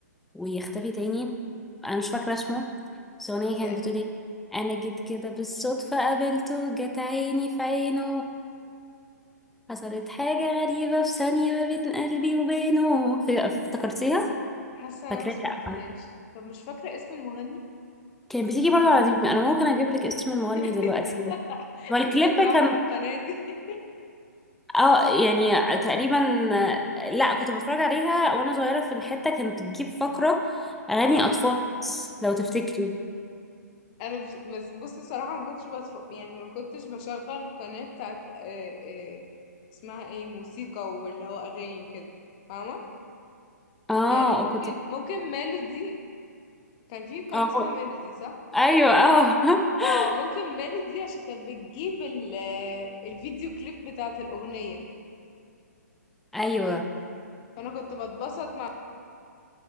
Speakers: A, in the centre; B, on the left.
A: ويختفي تاني أنا مش فاكرة اسمه بس الأغنية
B: ده
A: كانت بتقول إيه أنا جيت كده بالصدفة قابلته جت عيني في عينه حصلت حاجة غريبة في ثانية ما بين قلبي وبينه ف- افتكرتيها؟
B: حاسه انا
A: فاكراها
B: ما سمعتهاش طب مش فاكره اسم المغني
A: كان بتيجي برضه على دي أنا ممكن أجيب لك اسم
B: <laughs>
A: المغني دلوقتي هو الكليب
B: انت كنت قاعده
A: كان
B: على القناه دي
A: اه يعني تقريبا لا كنت بتفرج عليها وانا صغيرة في الحتة كانت بتجيب فقرة
B: <laughs>
A: اغاني
B: اه
A: اطفال بس لو تفتكري
B: انا بس بس- بصي صراحه ما كنتش بتف... يعني ما كنتش بشغل قناه بتاعت آه، آه، اسمها ايه موسيقى واللي هو اغاني وكده فاهمه
A: اه
B: يعني ممكن
A: كنت
B: ممكن ميلودي كان في قناه
A: اه
B: اسمها ميلودي صح
A: ايوه اه <laughs>
B: اه ممكن ميلودي عشان كانت بتجيب ال... آه، الفيديو كليب بتاعت الاغنيه
A: ايوه
B: فانا كنت بتبسط مع